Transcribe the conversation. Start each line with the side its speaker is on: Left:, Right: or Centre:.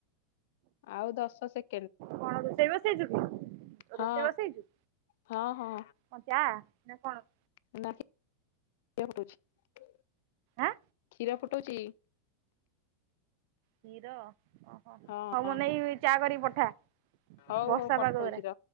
Left: ଆଉ ଦଶ ସେକ୍
Right: କଣ ରୋଷେଇ ବସେଇଚୁ
Left: ହଁ
Right: ରୋଷେଇ ବସେଇଚୁ।
Left: ହଁ ହଁ
Right: କଁ ଚା ନା କଣ?
Left: <unintelligible>
Right: ଆଁ
Left: କ୍ଷୀର ଫୁଟୁଚି।
Right: କ୍ଷୀର ଓହୋ
Left: ହଁ
Right: ହଉ ମୋ ନାଗି ଚା କରିକି ପଠା
Left: ହଉ
Right: ବର୍ଷା
Left: ହଉ ପଠଉଛି
Right: ପାଗ ରେ
Left: ରହ।